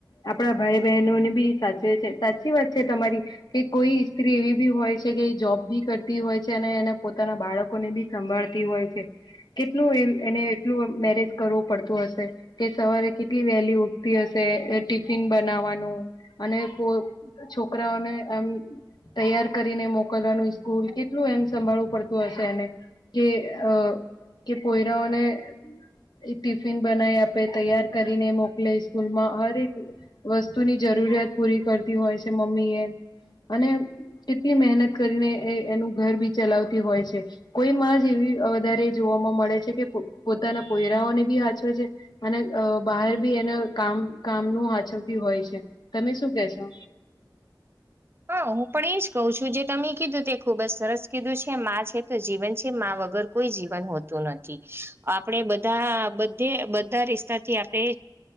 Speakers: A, on the left; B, on the right.
A: આપડા ભાઈ બહેનો ને બી સાચવે છે. સાચી વાત છે તમારી કે કોઈ ઈસ્ત્રી એવી બી હોય છે કે એ જોબ બી કરતી હોય છે અને એને પોતાના બાળકો ને બી સંભાળતી હોય છે. કેટલું એમ એને એટલું મેનેજ કરવું પડતું હશે. કે સવારે કેટલી વહેલી ઉઠ તી હશે, અહ ટિફિન બનાવવાનું અને કો છોકરાઓને આમ તૈયાર કરીને મોકલવાનું સ્કૂલ, કેટલું એમ સંભાળવું પડતું હશે એને, કે અહ અહ કે પોયરાઓને એ ટિફિન બનાવી આપે, તૈયાર કરીને મોકલે સ્કૂલમાં, હર એક વસ્તુની જર જરૂરિયાત પૂરી કરતી હોય છે મમ્મી એ. અને કેટલી મહેનત કરીને એ એનું ઘર બી ચલાવતી હોય છે. કોઈ માં જેવી અહ વધારે જોવામાં મળે છે કે પ પોતાના પોયરાઓને બી હાચવે છે, અને બહાર બી એનો કામ કામ ન હાચળી હોય છે તમે શું કેશો.
B: <inaudible> હા હું પણ એજ કહ છું જે તમે કીધું તે ખુબ જ સરસ કીધું છે મા છે તો જીવન છે મા વગર. કો જીવન હોતું નથી આપણે બા બધા રિસ્તાથી આપણે.